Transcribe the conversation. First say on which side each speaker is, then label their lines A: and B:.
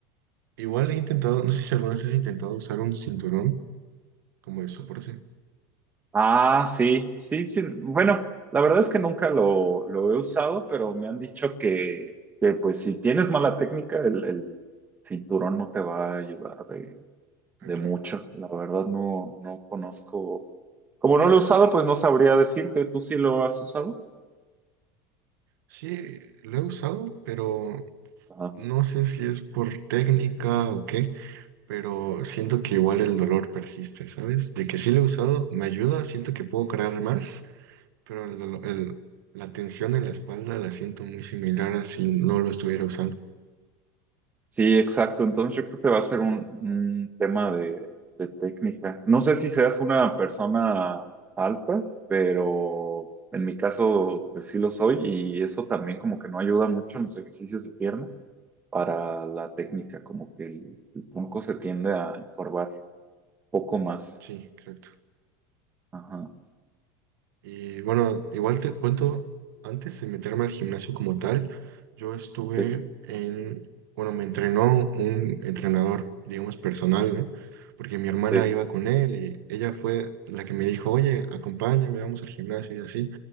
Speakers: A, on the right; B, on the right.
A: igual he intentado, no sé si alguna vez has intentado usar un cinturón como de soporte.
B: Ah, sí, sí, sí. Bueno, la verdad es que nunca lo, lo he usado, pero me han dicho que, que, pues si tienes mala técnica, el, el cinturón no te va a ayudar de, de
A: Ah, claro.
B: mucho. La verdad no, no conozco. Como no lo he usado, pues no sabría decirte. ¿Tú sí lo has usado?
A: Sí, lo he usado, pero
B: Ajá.
A: no sé si es por técnica o qué, pero siento que igual el dolor persiste, ¿sabes? De que sí lo he usado, me ayuda, siento que puedo crear más, pero el dolo- el- la tensión en la espalda la siento muy similar a si no lo estuviera usando.
B: Sí, exacto. Entonces yo creo que va a ser un, un tema de, de técnica. No sé si seas una persona alta, pero en mi caso pues sí lo soy y eso también como que no ayuda mucho en los ejercicios de pierna para la técnica, como que el, el tronco se tiende a encorvar un poco más.
A: Sí, exacto.
B: Ajá.
A: Y bueno, igual te cuento, antes de meterme al gimnasio como tal, yo estuve
B: Sí,
A: en, bueno, me entrenó un entrenador, digamos, personal, ¿no? Porque mi hermana
B: sí.
A: iba con él y ella fue la que me dijo, oye, acompáñame, vamos al gimnasio y así.